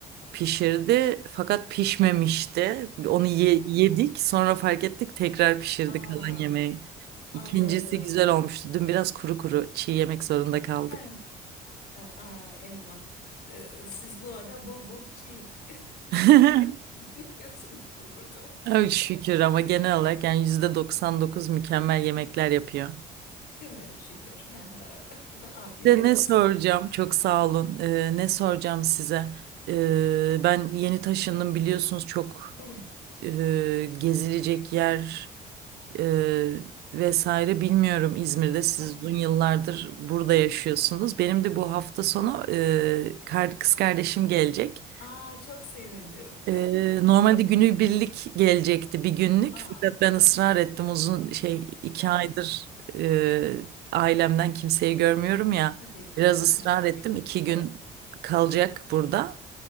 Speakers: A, on the right; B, on the left.
A: pişirdi fakat pişmemişti. Onu ye- yedik, sonra fark ettik, tekrar pişirdik
B: Aa,
A: kalan yemeği.
B: anladım.
A: İkincisi güzel olmuştu. Dün biraz kuru kuru çiğ yemek zorunda kaldık.
B: Ha, aa, eyvah. Ee, siz bu ara bol bol çiğ <laughs>
A: <laughs>
B: şey yiyorsunuz kuzucuğum.
A: Ay şükür ama genel olarak yani %99 mükemmel yemekler yapıyor.
B: Değil mi? Şükür. Ha, ha. <laughs> Afiyet
A: De
B: olsun.
A: ne soracağım? Çok sağ olun. Ee, ne soracağım size? Ee, ben yeni taşındım biliyorsunuz çok
B: Evet.
A: e, gezilecek yer e, vesaire bilmiyorum İzmir'de. Siz
B: Ha, ha.
A: uzun yıllardır burada yaşıyorsunuz. Benim de bu hafta sonu e, kar- kız kardeşim gelecek.
B: Aa, çok sevindim.
A: Ee,
B: <laughs>
A: normalde
B: Çok güzel.
A: günübirlik gelecekti bir günlük
B: Aa,
A: fakat ben ısrar ettim uzun şey iki
B: tabii.
A: aydır e, ailemden kimseyi görmüyorum ya
B: Tabii.
A: biraz
B: Ha,
A: ısrar
B: ha.
A: ettim iki
B: Tabii.
A: gün kalacak burada